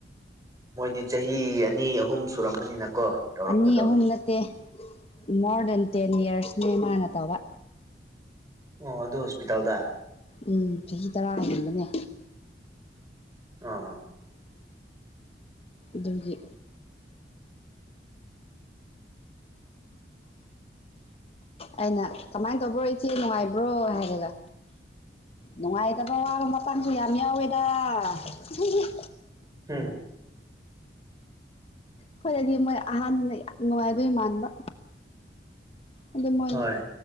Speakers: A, on the right; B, on the left.
A: ꯃꯣꯏꯗꯤ ꯆꯍꯤ ꯑꯅꯤ ꯑꯍꯨꯝ ꯁꯨꯔꯝꯃꯅꯤꯅꯀꯣ ꯇꯧꯔꯛꯄꯗꯣ
B: ꯑꯅꯤ ꯑꯍꯨꯝ ꯅꯠꯇꯦ ꯃꯣꯔ ꯗꯦꯟ ꯇꯦꯟ ꯌꯤꯌꯔꯁꯅꯦ ꯃꯥꯅ ꯇꯧꯕ
A: ꯑꯣ ꯑꯗꯨ ꯍꯣꯁꯄꯤꯇꯥꯜꯗ
B: ꯎꯝ ꯆꯍꯤ ꯇꯔꯥ ꯍꯦꯟꯕꯅꯦ
A: ꯑ
B: ꯗꯨꯒꯤ ꯑꯩꯅ ꯀꯃꯥꯏꯟ ꯇꯧꯕ꯭ꯔꯣ ꯏꯆꯦ ꯅꯨꯡꯉꯥꯏꯕ꯭ꯔꯣ ꯍꯥꯏꯔꯒ ꯅꯨꯡꯉꯥꯏꯇꯕ ꯋꯥꯕ ꯃꯇꯥꯡꯁꯨ ꯌꯥꯝ ꯌꯥꯎꯋꯦꯗ ꯎꯝꯍꯨꯝꯍꯨꯝ
A: ꯍꯝ
B: ꯑꯈꯣꯏꯗꯗꯤ ꯃꯣꯏ ꯑꯍꯥꯟꯕꯅ ꯌꯥꯝ ꯅꯨꯡꯉꯥꯏꯗꯣꯏ ꯃꯥꯟꯕ ꯑꯗꯨ ꯃꯣꯏꯅ
A: ꯍꯣꯏ